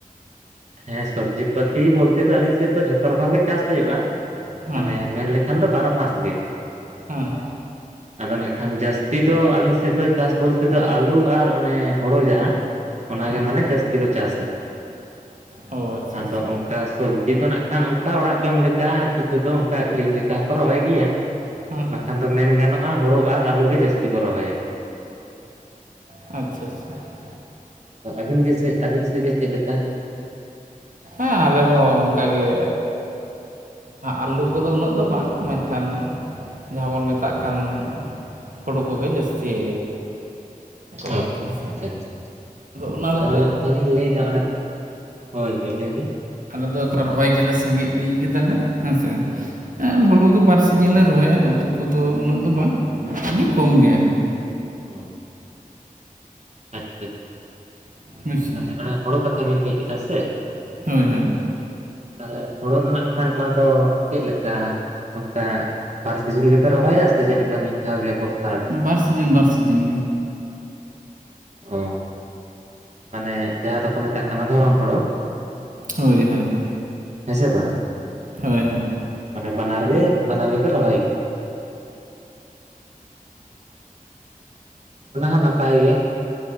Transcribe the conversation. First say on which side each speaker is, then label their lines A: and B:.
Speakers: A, on the right; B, on the right.
A: ᱦᱮᱸ ᱥᱚᱵᱽᱡᱤ ᱯᱟᱟᱹᱛᱤ ᱵᱚᱞᱛᱮ ᱫᱚ ᱟᱞᱤᱧ ᱥᱮᱫ ᱫᱚ ᱡᱷᱚᱛᱚ ᱨᱚᱠᱚᱢ ᱜᱮ ᱪᱟᱥ ᱦᱩᱭᱩᱜ-ᱟ ᱾
B: ᱦᱮᱸ
A: ᱢᱟᱱᱮ ᱢᱮᱱ ᱞᱮᱠᱷᱟᱱ ᱫᱚ ᱵᱟᱨᱚ ᱢᱟᱥ ᱜᱮ
B: ᱦᱮᱸ
A: ᱾ ᱟᱫᱚ ᱱᱟᱜ ᱠᱷᱟᱱ ᱡᱟᱹᱥᱛᱤ ᱫᱚ ᱟᱹᱞᱤᱧ ᱥᱮᱫ ᱫᱚ ᱪᱟᱥ ᱵᱚᱞᱛᱮ ᱫᱚ ᱟᱹᱞᱩ ᱟᱨ ᱚᱱᱮ ᱦᱳᱲᱳ ᱡᱟᱦᱟᱸ ᱚᱱᱟᱜᱮ
B: ᱦᱮᱸ
A: ᱢᱟᱱᱮ ᱡᱟᱹᱥᱛᱤ ᱠᱚ ᱪᱟᱥᱟ ᱾
B: ᱚ ᱟᱪᱪᱷᱟ
A: ᱟᱫᱚ
B: ᱟᱪᱪᱷᱟ
A: ᱚᱱᱠᱟ ᱥᱚᱵᱡᱤ ᱫᱚ ᱱᱟᱜ ᱠᱷᱟᱱ ᱚᱱᱠᱟ ᱚᱲᱟᱜ ᱡᱚᱢ ᱞᱮᱠᱟ ᱟᱨ ᱠᱤᱪᱷᱩ ᱫᱚ ᱚᱱᱠᱟ ᱟᱹᱠᱷᱨᱤᱧ ᱞᱮᱠᱟ ᱦᱚᱸᱠᱚ ᱨᱚᱦᱚᱭ ᱜᱮᱭᱟ ᱾
B: ᱦᱮᱸ
A: ᱵᱟᱠᱷᱟᱱ ᱫᱚ ᱢᱮᱱ ᱜᱟᱱᱚᱜ-ᱟ ᱦᱩᱲᱩ ᱟᱨ ᱟᱹᱞᱩ ᱜᱮ ᱡᱟᱹᱥᱛᱤ ᱠᱚ ᱨᱚᱦᱚᱭᱟ ᱾
B: ᱟᱪᱪᱷᱟ ᱪᱪᱪᱷᱟ ᱾
A: ᱟᱫᱚ ᱟᱹᱵᱤᱱ ᱜᱮ ᱪᱮᱫ ᱟᱹᱵᱤᱱ ᱥᱮᱫ ᱜᱮ ᱪᱮᱫ ᱞᱮᱠᱟ?
B: ᱦᱮᱸ ᱟᱞᱮ ᱦᱚᱸ ᱚᱱᱠᱟᱜ ᱜᱮ ᱟᱞᱩ ᱠᱚᱫᱚ ᱩᱱᱟᱹᱜ ᱫᱚ ᱵᱟᱝ ᱢᱮᱱᱠᱷᱟᱱ ᱡᱟᱦᱟᱸ ᱵᱚᱱ ᱢᱮᱛᱟᱜ ᱠᱟᱱ ᱦᱳᱲᱳ ᱠᱚᱜᱮ ᱡᱟᱹᱥᱛᱤ
A: <unintelligible>
B: ᱠᱚ
A: ᱚ
B: ᱟᱨᱠᱤ ᱦᱮᱸᱥᱮ
A: ᱟᱪᱪᱷᱟ ᱟᱪᱪᱷᱟ
B: ᱚᱱᱟ ᱞᱮᱠᱟᱛᱮ
A: ᱟᱫᱚ ᱱᱟᱸᱜ ᱠᱷᱟᱱᱤᱧ ᱞᱟᱹᱭᱫᱟ ᱦᱳᱭ ᱦᱳᱭ ᱞᱟᱹᱭ ᱵᱤᱱ ᱾
B: ᱟᱞᱮ ᱫᱚ ᱨᱚᱦᱚᱭ ᱜᱮᱞᱮ ᱥᱟᱸᱜᱮ ᱤᱫᱤ ᱠᱮᱫᱟᱞᱮ ᱦᱮᱸᱥᱮ ᱾ ᱦᱩᱲᱩ ᱜᱮ ᱵᱟᱨ ᱥᱤᱡᱤᱱ ᱞᱮ ᱨᱚᱦᱚᱭᱟ ᱩᱛᱩ ᱠᱚᱫᱚ ᱩᱱᱟᱹᱜ ᱫᱚ ᱵᱟᱝ ᱟᱹᱰᱤ ᱠᱚᱢ ᱜᱮ ᱟᱨᱠᱤ ᱾
A: <unintelligible> ᱟᱪᱪᱷᱟ ᱟᱪᱪᱷᱟ,
B: ᱵᱩᱡᱽᱥᱮ
A: ᱛᱟᱦᱚᱞᱮ ᱚᱱᱮ ᱦᱚᱲᱚ ᱠᱟᱛᱷᱟ ᱵᱤᱱ ᱞᱟᱹᱭ ᱠᱮᱫᱟ ᱥᱮ?
B: ᱦᱳᱭ ᱦᱳᱭ᱾
A: ᱛᱟᱦᱚᱞᱮ ᱦᱳᱲᱳ ᱫᱚ ᱱᱟᱜ ᱠᱷᱟᱱ ᱚᱱᱟᱫᱚ ᱪᱮᱫ ᱞᱮᱠᱟ? ᱚᱱᱠᱟ ᱵᱟᱨ ᱥᱤᱡᱤᱱ ᱜᱮᱯᱮ ᱨᱚᱦᱚᱭᱟ ᱥᱮ ᱪᱮᱫ ᱞᱮᱠᱟ ᱢᱤᱫ ᱫᱷᱟᱣ ᱜᱮ ᱵᱚᱨᱥᱟ ᱨᱮ?
B: ᱵᱟᱨ ᱥᱤᱡᱤᱱ ᱵᱟᱨ ᱥᱤᱡᱤᱱ ᱜᱮ᱾
A: ᱚᱻ ᱢᱟᱱᱮ ᱡᱟᱦᱟᱸ ᱫᱚᱠᱚ ᱢᱮᱛᱟᱜ ᱠᱟᱱᱟ ᱫᱷᱚᱨᱚᱱ ᱦᱳᱲᱳ
B: ᱦᱳᱭ ᱦᱳᱭ ᱦᱳᱭ ᱾
A: ᱦᱮᱸ ᱥᱮ ᱵᱟᱝ
B: ᱦᱳᱭ ᱦᱳᱭ ᱾
A: ᱢᱟᱱᱮ ᱵᱟᱱᱟᱨ ᱜᱮ ᱵᱟᱱᱟᱨ ᱜᱮ ᱯᱮ ᱨᱚᱦᱚᱭ ᱚᱱᱟ ᱦᱚᱸ ᱱᱟᱯᱟᱭ ᱜᱮ᱾